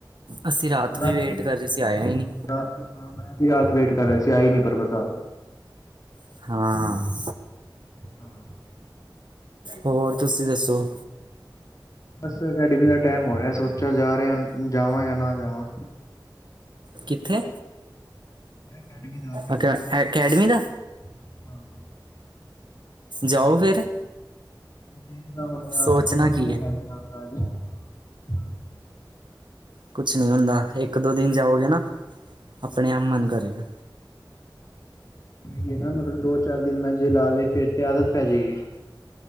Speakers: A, on the right; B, on the left.
A: ਅਸੀਂ ਰਾਤ ਵੀ
B: ਰਾਤੀ
A: ਵੇਟ ਕਰਦੇ
B: ਹਾਂ
A: ਸੀ ਆਇਆ ਨੀ।
B: ਰਾਤ ਹਾਂ ਮੈਂ ਵੀ ਰਾਤ ਵੇਟ ਕਰ ਰਿਹਾ ਸੀ ਆਈ ਨੀ ਪਰ ਬਰਸਾਤ।
A: ਹਾਂ ਹਾਂ।
B: ਹਾਂ।
A: ਹੋਰ ਤੁਸੀਂ ਦੱਸੋ?
B: ਬਸ ਅਕੈਡਮੀ ਦਾ ਟਾਈਮ ਹੋ ਰਿਹਾ, ਸੋਚਿਆ ਜਾ ਰਿਹਾ ਜਾਵਾ ਜਾਂ ਨਾ ਜਾਵਾ।
A: ਕਿੱਥੇ,
B: ਅਕੈਡਮੀ ਦਾ ਅਕੈਡਮੀ।
A: ਅਕੈ ਅਕੈਡਮੀ ਦਾ?
B: ਹਾਂ।
A: ਜਾਓ ਫੇਰ।
B: ਦੇਖਦਾ ਹੁਣ ਯਾਰ
A: ਸੋਚਣਾ
B: ਮੰਨ
A: ਕੀ
B: ਤੇ ਹੈ ਹੀ ਨੀ ਜਾਣ ਦਾ ਅੱਜ।
A: ਕੁਛ ਨੀ ਹੁੰਦਾ, ਇੱਕ ਦੋ ਦਿਨ ਜਾਓਗੇ ਨਾ
B: ਹਾਂ।
A: ਆਪਣੇ ਆਪ ਮੰਨ ਕਰੇਗਾ।
B: ਓਹੀ ਐ ਨਾ ਮਤਲਬ ਦੋ ਚਾਰ ਦਿਨ ਮੈਂ ਜੇ ਲਾ ਲਏ ਫੇਰ ਤੇ ਆਦਤ ਪੈ ਜਾਏਗੀ।